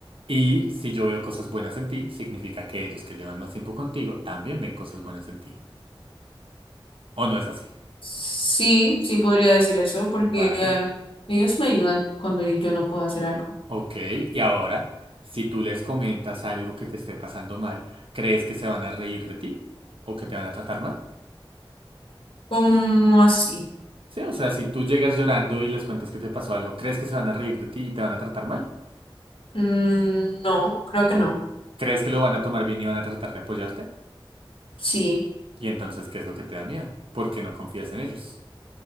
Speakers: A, on the right; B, on the left.
A: y si yo veo cosas buenas en ti, significa que ellos que llevan más tiempo contigo también ven cosas buenas en ti. ¿O no es así?
B: Sí, sí podría decir eso, porque
A: Vale,
B: eh, ellos me ayudan cuando yo no puedo hacer algo.
A: ok, y ahora, si tú les comentas algo que te esté pasando mal, ¿crees que se van a reír de ti? ¿O que te van a tratar mal?
B: ¿Cómo así?
A: Sí, o sea, si tú llegas llorando y les cuentas que te pasó algo, ¿crees que se van a reír de ti y te van a tratar mal?
B: Mm, no, creo que
A: No.
B: no.
A: ¿Crees que lo van a tomar bien y van a tratar de apoyarte?
B: Sí,
A: Y entonces, ¿qué es lo que te da miedo? ¿Por qué no confías en ellos?